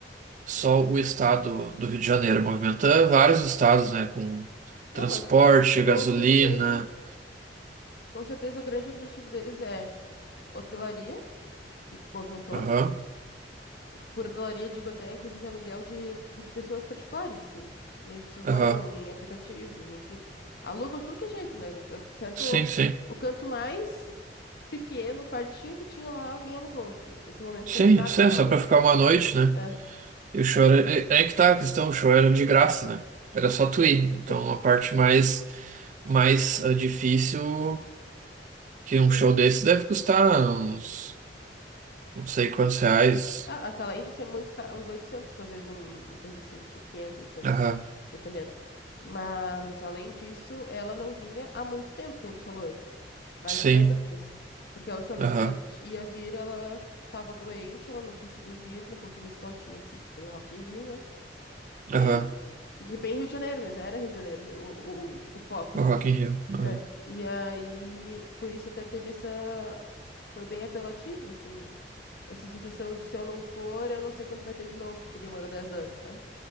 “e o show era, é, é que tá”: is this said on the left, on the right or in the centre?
Right